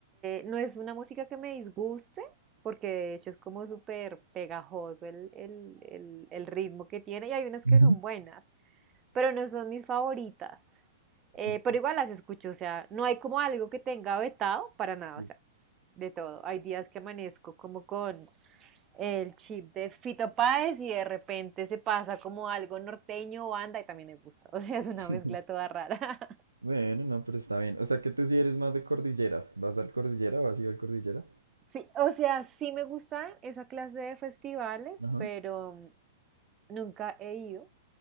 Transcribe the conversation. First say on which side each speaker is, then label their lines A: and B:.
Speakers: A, on the right (about 25°); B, on the right (about 85°).
A: no es una música que me disguste, porque de hecho es como súper pegajoso el, el- el- el ritmo que tiene y hay unas
B: Ujú.
A: que son buenas, pero no son mis favoritas. Eh,
B: Ok,
A: pero igual las escucho, o sea, no hay como algo que tenga vetado para nada,
B: sí.
A: o sea, de todo. Hay días que amanezco como con el chip de Fito Páez y de repente se pasa como algo norteño o banda y también me gusta, <laughs> o sea, es una
B: <laughs>
A: mezcla toda rara. <laughs>
B: Bueno, no, pero está bien. O sea que tú sí eres más de cordillera. ¿Vas al cordillera o has ido al cordillera?
A: Sí, o sea, sí me gusta esa clase de festivales,
B: Ajá,
A: pero nunca he ido.